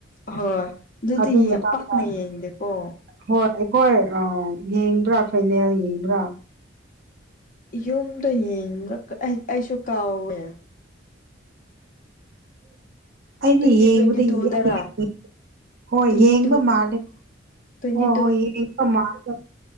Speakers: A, on the left; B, on the right.
A: ꯍꯣꯏ ꯗꯨꯗꯤ
B: ꯑꯗꯨ
A: ꯌꯥꯝ
B: ꯃꯇꯥꯡꯗ
A: ꯄꯥꯛꯅ ꯌꯦꯡꯗꯦꯀꯣ
B: ꯍꯣꯏ ꯑꯩꯈꯣꯏ ꯑꯥ ꯌꯦꯡꯕ꯭ꯔꯥ ꯐꯥꯏꯅꯦꯜ ꯌꯦꯡꯕ꯭ꯔꯥ
A: ꯌꯨꯝꯗ ꯌꯦꯡꯕ꯭ꯔ ꯀꯩ ꯑꯩꯁꯨ ꯀꯥꯎꯋꯦ
B: ꯑꯩꯗꯤ
A: ꯇ꯭ꯋꯦꯟꯇꯤ
B: ꯌꯦꯡꯕꯗ
A: ꯇ꯭ꯋꯦꯟꯇꯤ
B: <unintelligible>
A: ꯇꯨꯗꯔꯥ
B: ꯍꯣꯏ
A: ꯇ꯭ꯋꯦꯟꯇꯤ
B: ꯌꯦꯡꯕ
A: ꯇꯨ
B: ꯃꯥꯜꯂꯦ
A: ꯇ꯭ꯋꯦꯟꯇꯤ
B: ꯍꯣ
A: ꯇꯨ
B: ꯍꯣꯏ ꯌꯦꯡꯕ ꯃꯥꯜꯂꯦ